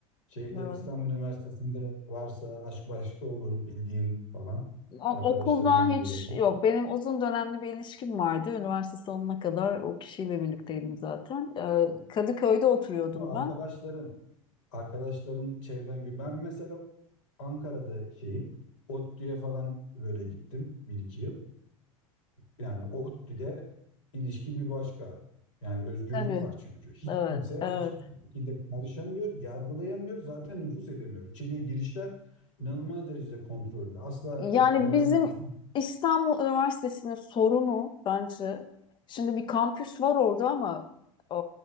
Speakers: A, on the left; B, on the left.
A: Şeyde
B: Evet.
A: İstanbul Üniversitesi'nde varsa aşk başka olur bildiğin falan
B: O-
A: arkadaşlarından
B: Okuldan hiç
A: da olabilir.
B: yok. Benim uzun dönemli bir ilişkim vardı. Üniversite sonuna kadar o kişiyle birlikteydim zaten. Ee, Kadıköy'de oturuyordum
A: Bu arkadaşların
B: ben.
A: arkadaşların çevren gün. Ben mesela Ankara'da şeyim. ODTÜ'ye falan böyle gittim bir iki yıl. Yani ODTÜ'de ilişki bir başka. Yani özgürlük
B: Tabii.
A: var çünkü. Hiç
B: Evet.
A: kimse
B: Evet.
A: hiçbir şekilde karışamıyor, yargılayamıyor, zaten nüfus edemiyor. İçeriye girişler inanılmaz derecede kontrollü. Asla
B: Yani
A: her- herhangi
B: bizim
A: bir
B: İstanbul Üniversitesi'nin sorunu bence şimdi bir kampüs var orada ama e,